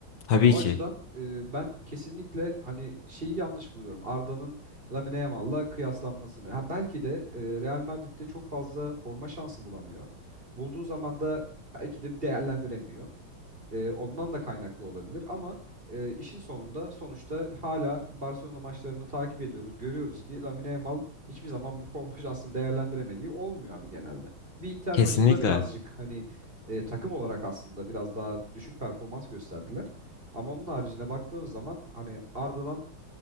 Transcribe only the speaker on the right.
Yani
o
açıdan e, ben kesinlikle hani şeyi yanlış buluyorum. Arda'nın Lamine Yamal'la kıyaslanmasını. Ha belki de e, Real Madrid'de çok fazla forma şansı bulamıyor. Bulduğu zaman da belki de değerlendiremiyor. E, ondan da kaynaklı olabilir ama e, işin sonunda sonuçta hala Barcelona maçlarını takip ediyoruz. Görüyoruz ki Lamine Yamal hiçbir zaman bu forma şansını <laughs> değerlendiremediği olmuyor abi genelde. Bir Inter
maçında birazcık hani e, takım olarak aslında biraz daha düşük performans gösterdiler. Ama onun haricine baktığımız zaman hani Arda'dan